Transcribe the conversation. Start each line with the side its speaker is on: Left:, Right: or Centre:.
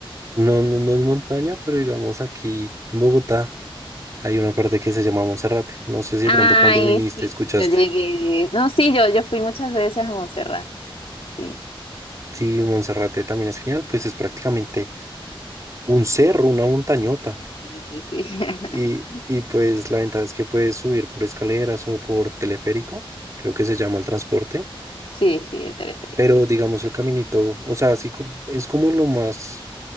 Right: No, no, no es montaña, pero digamos aquí en Bogotá hay una parte que se llama Monserrate. No sé si de
Left: Ay,
Right: pronto cuando viniste
Left: sí,
Right: escuchaste.
Left: yo llegué. No, sí, yo, yo fui muchas veces a Montserrat. Sí,
Right: Sí, Monserrate también es genial, pues es prácticamente un cerro, una montañota.
Left: sí, sí, sí. <laughs>
Right: Y, y pues la ventaja es que puedes subir por escaleras o por teleférico, creo que se llama el transporte,
Left: Sí, sí, el teleférico.
Right: pero digamos el caminito, o sea, así co- es como lo más